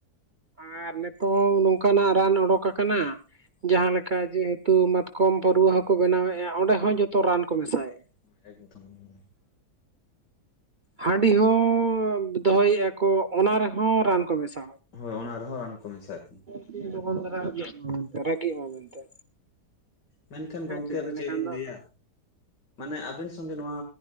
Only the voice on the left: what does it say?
ᱮᱠᱫᱚᱢ ᱾
ᱦᱳᱭ ᱚᱱᱟ ᱨᱮᱦᱚᱸ ᱨᱟᱱ ᱠᱚ ᱢᱮᱥᱟᱜ
ᱢᱮᱱᱠᱷᱟᱱ
ᱜᱚᱝᱠᱮ
ᱟᱫᱚ
ᱪᱮᱫ ᱞᱤᱧ
ᱞᱟᱹᱭᱟ ᱢᱟᱱᱮ ᱟᱵᱤᱱ ᱥᱚᱸᱜᱮ ᱱᱚᱣᱟ